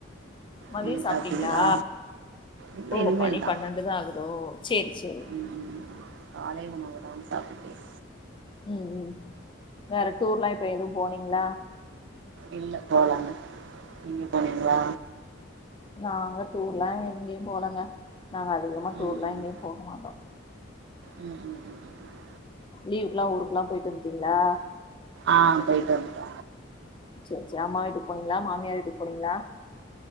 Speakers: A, on the left (about 25°); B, on the right (about 65°).
A: மதிய
B: நீங்க
A: சாப்ட்டீங்களா
B: சாப்டீங்ளா இப்ப
A: ஓ
B: இனிமேல்தா
A: மணி பன்னெண்டுதா ஆகுதோ சேரி சேரி
B: ம் காலை உணவுதான் சாப்பிட்டேன்
A: ம் ம் வேற டூர்ல்லா இப்ப எதுவும் போனீங்ளா
B: இல்ல போலங்க நீங்க போனீங்ளா
A: நாங்க டூர்ல்லா எங்கயும் போலங்க நாங்க அதிகமா டூர்ல்லா
B: ம் ம்
A: எங்கேயும் போக மாட்டோ
B: ம் ம் ம் ம்.
A: லீவ்க்கெல்லா ஊருக்கெல்லா போயிட்டு வந்தட்டீங்ளா
B: ஆ போய்ட்டு வந்ட்டோ
A: சேரி சேரி அம்மா வீட்டுக்கு போனீங்ளா மாமியாரு வீட்டுக்கூ போனீங்ளா